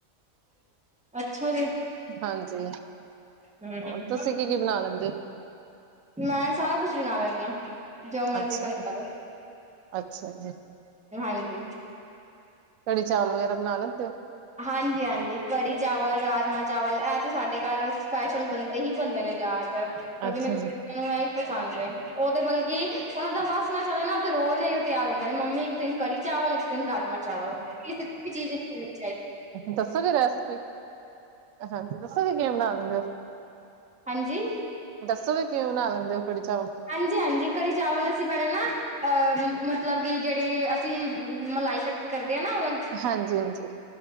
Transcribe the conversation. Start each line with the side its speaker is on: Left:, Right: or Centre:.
Centre: ਅੱਛਾ ਜੀ।
Right: ਹਾਂਜੀ,
Centre: ਹਮ
Right: ਹੋਰ ਤੁਸੀ ਕੀ-ਕੀ ਬਣਾ ਲੈਂਦੇ ਔ?
Centre: ਮੈਂ ਸਾਰਾ ਕੁਛ ਬਣਾ ਲੈਣੀ ਆ। ਜੋ ਮਰਜ਼ੀ
Right: ਅੱਛਾ
Centre: ਬਣਵਾ ਲੋ।
Right: ਅੱਛਾ ਜੀ।
Centre: ਹਾਂਜੀ।
Right: ਕੜੀ ਚਾਵਲ ਵਗੈਰਾ ਬਣਾ ਲੈਂਦੇ ਔ?
Centre: ਹਾਂਜੀ-ਹਾਂਜੀ। ਕੱਢੀ ਚਾਵਲ, ਰਾਜਮਾਂ ਚਾਵਲ ਐ ਤੇ ਸਾਡੇ ਘਰ ਸਪੈਸ਼ਲ ਬਣਦੇ ਹੀ ਬਣਦੇ ਨੇ। ਜਾ ਫੇਰ ਕਿਉਂਕਿ
Right: ਅੱਛਾ
Centre: ਮੇਰੇ
Right: ਜੀ
Centre: ਬੱਚਿਆਂ ਨੂੰ ਐ ਈ ਪਸੰਦ ਏ। ਉਹ ਤੇ ਬਲਕਿ ਓਨਾ ਦਾ ਵਾੱਸ ਨਾ ਚਲੇ ਨਾ ਓ ਤੇ ਰੋਜ ਏਈਓ ਤੇਆਰ ਹੁੰਦੇ ਨੇ, ਮੰਮੀ ਇੱਕ ਦਿਨ ਕੱੜੀ ਚਾਵਲ ਇਕ ਦਿਨ ਰਾਜਮਾ ਚਾਵਲ ਕਿ ਸਿਰਫ ਇਕ ਚੀਜ ਨੀ ਮਿਲਨੀ।
Right: ਦੱਸੋ ਗੇ ਰੈਸਪੀ, ਦੱਸੋ ਗੇ ਕਿਵੇਂ ਬਨਾਂਦੇ ਓ?
Centre: ਹਾਂਜੀ।
Right: ਦੱਸੋ ਗੇ ਕਿਵੇਂ ਬਨਾ ਲੈਂਦੇ ਓ ਕੜੀ ਚਾਵਲ?
Centre: ਹਾਂਜੀ, ਹਾਂਜੀ ਕੜੀ ਚਾਵਲ ਅਸੀ ਪੈਲੇ ਨਾ ਅ ਮਤਲਬ ਕਿ ਜੇੜੇ ਅਸੀ ਮਲਾਈ ਕੱਠੀ ਕਰਦੇ ਆਂ ਨਾ ਅਲਗ
Right: ਹਾਂਜੀ ਹਾਂਜੀ